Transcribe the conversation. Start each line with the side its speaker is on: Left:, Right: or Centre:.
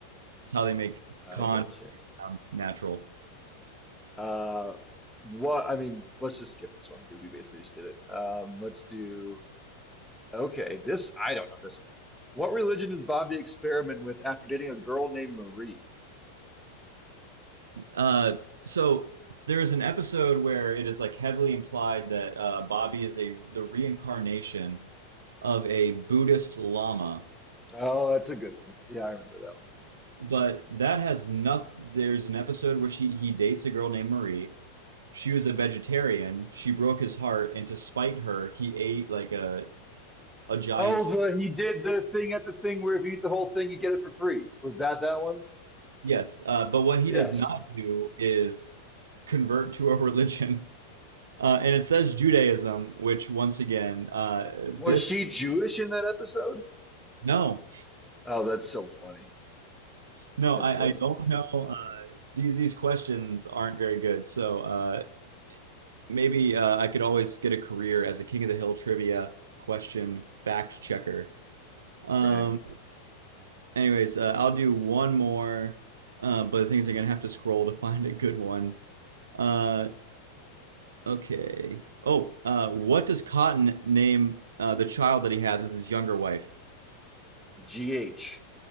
Right: It's how they make
Centre: yeah.
Right: Khan
Centre: I gotcha.
Right: sound natural.
Centre: Uh, what I mean, let's just skip this one because we basically just did it. Um, let's do okay. This I don't know this one. What religion does Bobby experiment with after dating a girl named Marie?
Right: Uh, so there is an episode where it is like heavily implied that uh, Bobby is a the reincarnation of a Buddhist lama,
Centre: Oh, that's a good one. Yeah, I remember that one.
Right: but that has nothing. There's an episode where she he dates a girl named Marie. She was a vegetarian. She broke his heart, and to spite her, he ate like a a giant.
Centre: Oh, the he did the thing at the thing where if you eat the whole thing, you get it for free. Was that that one?
Right: Yes, uh, but what
Centre: Yes.
Right: he does not do is convert to a <laughs> religion. Uh, and it says Judaism, which once again, uh,
Centre: Was
Right: this
Centre: she Jewish in that episode?
Right: no,
Centre: Oh, that's so funny.
Right: No,
Centre: That's
Right: I,
Centre: so
Right: I
Centre: funny.
Right: don't know. Uh, these, these questions aren't very good. So uh, maybe uh, I could always get a career as a King of the Hill trivia question fact checker. Um,
Centre: Right.
Right: anyways, uh, I'll do one more, uh, but the things I'm gonna have to scroll to <laughs> find a good one. Uh, okay. Oh, uh, what does Cotton name uh, the child that he has with his younger wife?
Centre: GH.